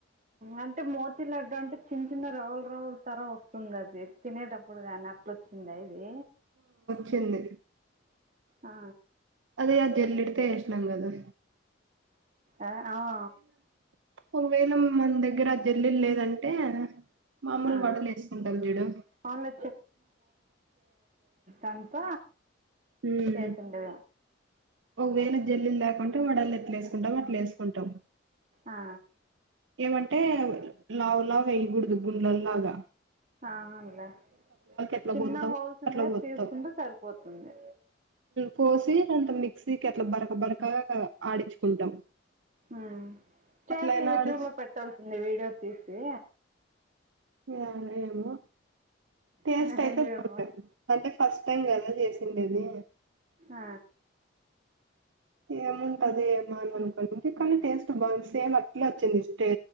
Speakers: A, on the right; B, on the right.
A: అంటే మోతీ లడ్డు అంటే చిన్న చిన్న రౌలు రవుల తర వస్తుంది అది తినేటప్పుడు కానీ అట్లా దచ్చింద ఇది
B: చెంది
A: ఆ
B: అదే అది ఎలిడితే ఏసినం గదా
A: ఆ
B: ఒకవేళ మన దగ్గర ఆ జల్లుెలు లేదంటే మామూలు
A: ఆ
B: వడలు వేసుకుంటాం జూడు
A: అవున్లే కనుక
B: ఉమ్.
A: చేసిండద
B: ఒకవేళ జల్లులు లేకుంటే వడళ ఎట్లా వేసుకుంటాం అట్లా వేసుకుంటాం
A: ఆ
B: ఏమంటే లావు లాగా వయ్యకూడదు గుండ్లలాగా
A: ఆ అలా
B: ఎట్లా
A: చిన్న
B: పోత్తావు
A: హోల్స్ ఉండే
B: అట్లా పోత్తాం
A: తీసుకుంటె సరిపోతుంది
B: పోసి అంత మిక్సీకి అట్లా బరక బరకగా ఆడించుకుంటాం
A: ఉమ్ చేసి
B: అట్లయినా
A: యూట్యూబ్
B: ఆడచ్చు
A: లో పెట్టాల్సింది వీడియో తీసి
B: ఇ ఏమో టేస్ట్
A: <inaudible>
B: అయితే బాగుంటది
A: ఏమో
B: అంటే ఫస్ట్ టైం కదా చేసిండేది
A: ఆ
B: ఏముంటది అదే మాను అన్కంట <inaudible> అంటే కానీ టేస్ట్ బాగుంది సేమ్ అట్లా వచ్చింది స్ే